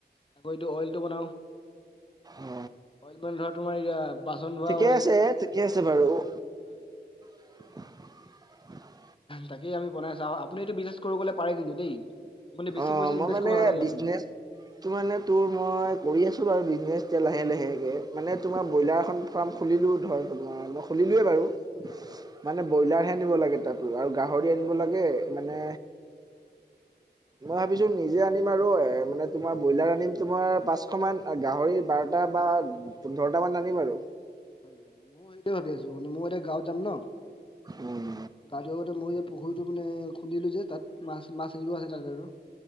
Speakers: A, on the left (about 30°); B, on the right (about 20°).
A: তাকো এইটো অইলটো বনাও।
B: অ
A: অইল মানে ধৰা তোমাৰ এয়া বাচন ধোৱা
B: ঠিকে
A: অইল।
B: আছে
A: হয়।
B: ঠিকে আছে বাৰু <unintelligible>
A: তাকেই আমি বনাইছাও। আপুনি এইটো বিজনেছ কৰো ক'লে পাৰে কিন্তু দেই। মানে বেছি
B: অ,
A: পইচা
B: মই
A: ইনভেষ্ট
B: মানে
A: কৰিব নালাগে
B: বিজনেচ
A: আপুনি
B: টো মানে তোৰ মই কৰি আছো বাৰু বিজনেচ। এতিয়া লাহে লাহেকে। মানে তোমাৰ ব্ৰইলাৰ এখন ফাৰ্ম খুলিলোঁ ধৰ তোমাৰ মই খুলিলোৱে বাৰু।
A: অ অ
B: মানে ব্ৰইলাৰহে আনিব লাগে তাতো আৰু গাহৰি আনিব লাগে মানে। মই ভাবিছো নিজে আনিম আৰু এ মানে তোমাৰ ব্ৰইলাৰ আনিম তোমাৰ পাঁচশ মান গাহৰি বাৰটা বা পোন্ধৰটামান আনিম আৰু
A: হয় হয়। মই সেইটোৱে ভাবি আছোঁ। মানে মই এতিয়া গাঁৱত যাম ন।
B: উম
A: গাঁ ধোৱাৰ আগতে মই এই পুখুৰীটো মানে খুন্দিলো যে তাত মাছ -মাছ এৰিব আছে তাত আৰু।